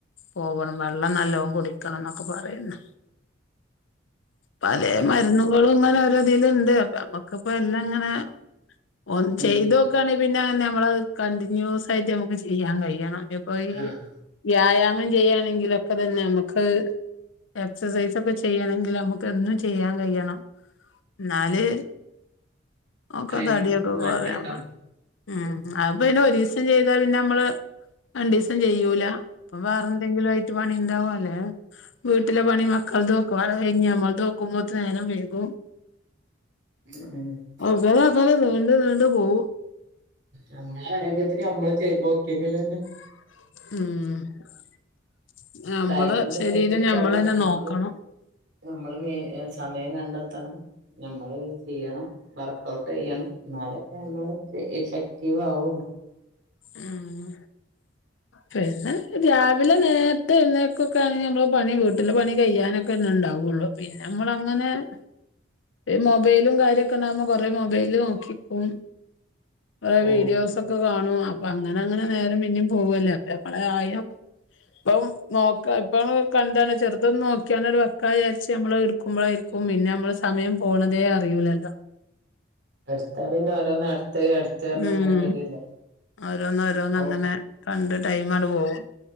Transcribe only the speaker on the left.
പോകണം വെള്ളം നല്ലോണം കുടിക്കണം എന്നൊക്കെ പറയുന്ന് പലേ മരുന്നുകളും ഇങ്ങനെ ഓരോ ഇതില്ണ്ട് അപ്പൊ അമ്മക്കിപ്പ എല്ലാം ഇങ്ങനെ ഒന്ന്
ചെയ്തോ?
ആണേ പിന്നെ അങ്ങനെ നമ്മള് കണ്ടിന്യൂസ് ആയിട്ട് നമുക്ക് ചെയ്യാൻ കഴിയണം അപ്പോ ഈ-
വ്യായാമം ചെയ്യണെങ്കിലൊക്കെ തന്നെ നമക്ക് എക്സസൈസ് ഒക്കെ ചെയ്യയാണെങ്കിൽ നമുക്ക്- എന്നും ചെയ്യാൻ കഴിയണം എന്നാല്- ഒക്കെതടിയൊക്കെ
കുറയാമ്മ- ഉം അപ്പ പിന്നെ ഒരു ദിവസം ചെയ്താ പിന്നെ നമ്മള് രണ്ടു ദിവസം ചെയ്യൂല- ഇപ്പം വേറെ എന്തെങ്കിലും ആയിട്ട് പണിണ്ടാവും അല്ലെ? വീട്ടിലെ പണി മക്കൾതോക്കും അത് കഴിഞ്ഞുനമ്മൾത് തോക്കുമ്പോത്തനം നേരം വേകും-
അവസാനം അവസാനം നീണ്ട് നീണ്ട് പോവും.
ഉം. നമ്മള്
ശരീരം
ഞമ്മൾന്നെ
നോക്കണം.
ഉം. പിന്നെ രാവിലെ നേരത്തെ എഴുനേൾക്കൊക്കെ ആണെങ്കിൽ നമ്മൾ പണി വീട്ടില് പണി കഴ്യാനൊക്കെ ഒന്ന ഉണ്ടാവുള്ളു. പിന്നെ നമ്മൾ അങ്ങനെ- മൊബൈലും കാര്യൊക്കെ ഉണ്ടാവകുമ്പോ കൊറെേ മൊബൈല് നോക്കിക്കും- കോറെേ
വീഡിയോസ് ഒക്കെ കാണും. അപ്പൊ അങ്ങനെ അങ്ങനെ നേരം പിന്നേും പോവല്ലേ അപ്പൊ അളെ ആയ- ഇപ്പം നോക്ക ഇപ്പാണ് കണ്ടാണ് ചെറുതൊന്ന് നോക്കിയാണ് അവടെ വെക്ക വിചാരിച്ച്നമ്മള് എടുക്കുമ്പോഴായിരിക്കും ക്കും പിന്നെ നമ്മള് സമയം പോണതെ അറിയൂലല്ലോ?
ഉം
ഓരോന്ന് ഓരോന്ന്
അങ്ങനെ കണ്ട് ടൈം അങ്ങട് പോകും